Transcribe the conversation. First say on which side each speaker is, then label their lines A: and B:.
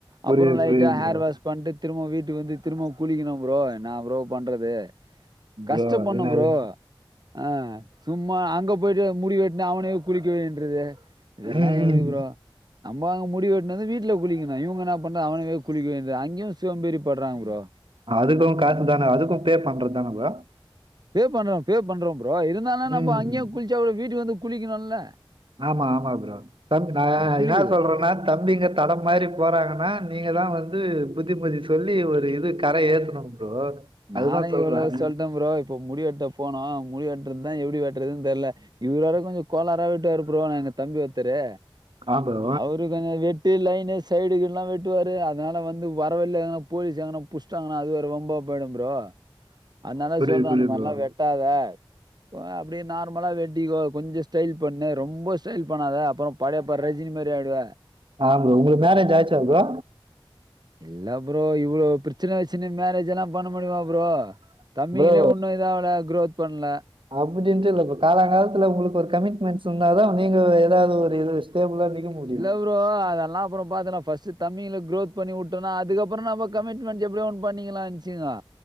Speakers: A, on the right; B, on the right.
A: புரியுது
B: அப்புறோ லைட்டா
A: புரியுது
B: ஹேர்
A: ப்ரோ
B: வாஷ் பண்ட்டு திருமோ வீட்டுக்கு வந்து திருமோ குளிக்குணு ப்ரோ என்ன ப்ரோ பண்றது கஷ்டப்பட்ணு
A: ப்ரோ என்னது
B: ப்ரோ ஆ சும்மா அங்க போய்ட்டு முடி வெட்னா அவனையு குளிக்க வைன்றது இதெல்லா
A: ம்
B: எப்டி
A: ம்
B: ப்ரோ நம்ம அங்க முடி வெட்டினது வீட்ல குளிக்குணு இவுங்க என்ன பண்றா அவனுங்களே குளிக்க வைன்றது அங்கியு சோம்பேரி பட்றாங் ப்ரோ
A: அதுக்கு காசுதான அதுக்கு பே பண்றதுதானபா
B: பே பண்றோ பே பண்றோ ப்ரோ இருந்தாலு நம்போ
A: ம்.
B: அங்யே குள்ச்சா கூட வீட்டுக்கு வந்து குளிக்கணுல
A: ஆமா ஆமா ப்ரோ கர்ட்டுதா
B: குளிக்குது
A: என்ன சொல்றனா தம்பீங்க தடம் மாரி போறாங்கனா நீங்கதா வந்து புத்திமதி சொல்லி ஒரு இது கரை ஏத்தனு ப்ரோ
B: நானு
A: அதுதான் சொல்றேன்.
B: எவுளவோ சொல்ட்டன் ப்ரோ இப்ப முடி வெட்ட போனோ முடி வெட்டுறதுதான் எப்படி வெட்றதா எப்டி வெட்றதுன் தெர்ல இவுர் வேற கொஞ்சோ கோலாரா வெட்டுவாரு ஆனா எங்க தம்பி ஒர்த்தரு
A: ஆ ப்ரோ.
B: அவரு கொஞ்சோ வெட் டி லைனு சைடுகிட்லா வெட்டுவாரு அதுனால வந்து வரவழில எங்கனா போலீஸ் எங்கனா புஷ்டாங்கனா அது வேற வம்பா போய்டு ப்ரோ அதுனால
A: புரியுது,
B: சொல்ற
A: புரியுது
B: அந்த மார்லா
A: ப்ரோ.
B: வெட்டாத இப்ப அப்டியே நார்மலா வெட்டிகோ கொஞ்சோ ஸ்டைல் பண்ணு ரொம்ப ஸ்டைல் பண்ணாத அப்புறோ படையப்பா ரஜினி மாரி ஆய்டுவ
A: ஆ உங்குளுக் மேரேஜ் ஆய்ச்சா ப்ரோ
B: இல்ல ப்ரோ இவுளோ பிர்ச்சின வச்சினு மேரேஜெலா பண்ண முடியுமா ப்ரோ தம்பிங்களே
A: ப்ரோ
B: உன்னு இதாவல குரோத் பண்ல
A: அப்டின்ட்டு இல்ல இப்ப காலாங்காலத்துல உங்ளுக்கு ஒரு கமிட்மெண்ட்ஸ் இருந்தாதா நீங்க எதாது ஒரு இதுல ஸ்டேபுலா நிக்க முடியும்.
B: இல்ல ஃப்ரோ அதலா அப்புறோ பாக்குலா ஃபஸ்ட்டு தம்பிங்குள குரோத் பண்ணி உட்டோனா அதுகப்புறோ நம்ம கமிட்மெண்ட் எப்டியோ ஒன் பண்ணிக்கிலா நெனச்சிங்கோ